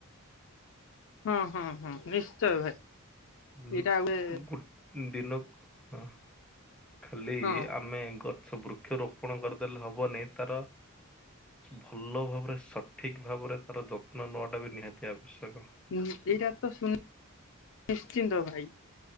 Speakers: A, on the left; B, in the centre.
A: ହଁ ହଁ ହଁ ନିଶ୍ଚୟ ଭାଇ।
B: ଉଁ
A: ଏଇଟା ଗୋଟେ
B: ଗୋ ଦିନକୁ ଖାଲି
A: ହଁ
B: ଆମେ ଗଛ ବୃକ୍ଷ ରୋପଣ କରିଦେଲେ ହବନି ତାର ଭଲ ଭାବରେ ସଠିକ ଭାବରେ ତାର ଯତ୍ନ ନେବାଟା ବି ନିହାତି ଆବଶ୍ୟକ।
A: ହୁଁ ଏଇଟା ତ ଶୁ ନିଶ୍ଚିନ୍ତ ଭାଇ